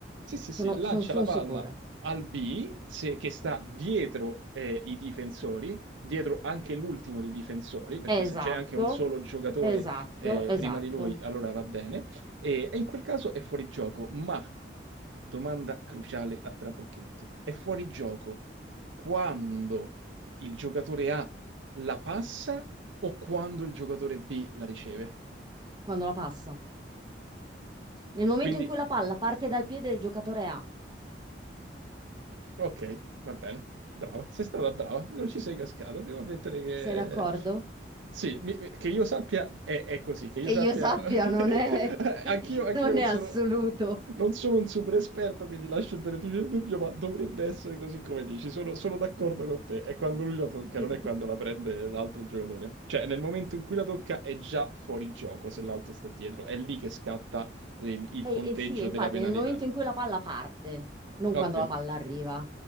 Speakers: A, on the right; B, on the right.
A: Sì, sì,
B: sono
A: sì, lancia
B: sono- sono
A: la palla
B: sicura.
A: al B, se- che sta dietro eh, i difensori, dietro anche l'ultimo dei difensori, perché
B: Esatto,
A: se c'è anche un solo giocatore
B: esatto,
A: eh,
B: esatto.
A: prima di lui, allora va bene, e, e in quel caso è fuori gioco, ma, domanda cruciale a trabocchetto, è fuori gioco quando il giocatore A la passa o quando il giocatore B la riceve?
B: Quando la passa. Nel momento
A: Quindi
B: in cui la palla parte dal piede del giocatore A,
A: Ok, va bene. Brava, sei stata brava, non ci sei cascata. Devo ammettere che...
B: sei d'accordo?
A: Sì, mi- che io sappia è, è così, che
B: Che
A: io sappia...
B: io sappia,
A: <laughs> che-
B: non è, <laughs>
A: Anch'io, anch'io
B: non
A: non
B: è assoluto.
A: sono, non sono un super esperto, quindi lascio il beneficio del dubbio, ma dovrebbe essere così come dici. Sono, sono d'accordo con te. È quando lui la tocca,
B: <laughs>
A: non è quando la prende l'altro giocatore. Cioè, nel momento in cui la tocca è già fuori gioco se l'altro sta dietro. È lì che scatta il il
B: E,
A: conteggio
B: e sì, infatti,
A: della penalità.
B: nel momento in cui la palla parte, non
A: Ok.
B: quando la palla arriva.